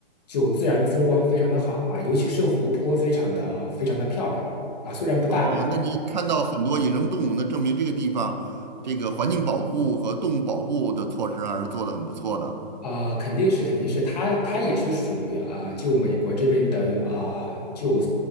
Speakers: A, on the left (about 40°); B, on the right (about 45°).
A: 就自然风光非常的好啊，尤其是湖泊非常的非常的漂亮啊，虽然不大，
B: 哦，那你看到很多野生动物，那证明这个地方这个环境保护和动物保护的措施还是做的很不错的。
A: 啊、肯定是，肯定是，它它也是属于啊、呃就美国这边的啊、呃就